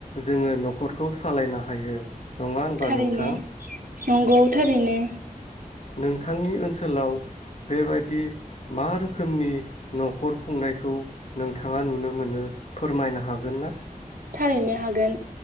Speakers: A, on the left; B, on the right.
A: जोङो न'खरखौ सालायना हायो। नङा होनबा
B: थारैनो।
A: नोंथां
B: नंगौ थारैनो।
A: नोंथांनि ओनसोलाव बेबायादि मा रोखोमनि न'खर खुंनायखौ नोंथाङा नुनो मोनो फोरमायनो हागोन ना?
B: थारैनो हागोन